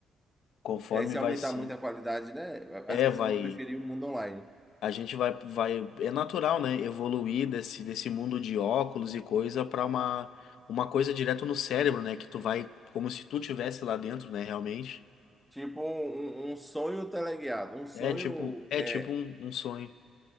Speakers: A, on the left; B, in the centre.
A: Conforme
B: É, se
A: vai
B: aumentar
A: ser,
B: muito a qualidade, né?
A: é,
B: As pessoas
A: vai,
B: vão preferir o mundo online.
A: a gente vai, vai, é natural, né? Evoluir desse, desse mundo de óculos e coisa para uma, uma coisa direto no cérebro, né? Que tu vai, como se tu tivesse lá dentro, né? Realmente,
B: Tipo um, um- um sonho teleguiado, um sonho
A: é tipo, é
B: é,
A: tipo um, um sonho,